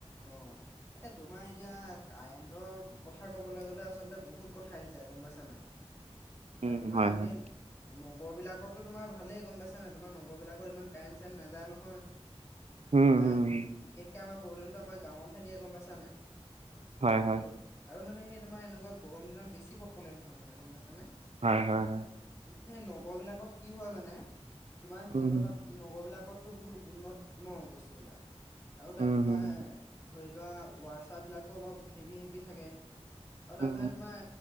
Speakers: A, on the left (about 25°); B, on the right (about 75°).
A: অঁ এ তোমাৰ এতিয়া কাৰেণ্টৰ কথা কবলৈ গলে আচলতে বহুত কথা আহি যায় গম পাইছা নাই
B: <inaudible>
A: এতিয়া তোমাৰ
B: হয় হয়
A: হেন নগৰ বিলাকতো তোমাৰ ভালেই গম পাইছা নাই তোমাৰ নগৰ বিলাকত ইমান কাৰেণ্ট চাৰেণ্ট নাযায় নহয়
B: <inaudible>
A: তোমাৰ
B: উম
A: বিশেষকে আমাৰ প্ৰব্লেমটো আমাৰ গাঁৱতহে দিয়ে গম পাইছা নাই
B: হয় হয়
A: আৰু আৰু মানে হেই তোমাৰ এনেকুৱা গৰম দিনত বেছি প্ৰব্লেম হয় মানে গম পাইছানে
B: হয় হয় হয়
A: সেই নগৰ বিলাকত কি হয় মানে তোমাৰ সিহঁতৰ
B: উম
A: তাত নগৰ বিলাকতো বহুত উন্নত ন বস্তু বিলাক আৰু তাত
B: উম
A: তোমাৰ
B: হম
A: ধৰি লোৱা ৱাচাৰ বিলাকো অলপ হেভি হেভি থাকে আৰু তাত
B: উম
A: মানে তোমাৰ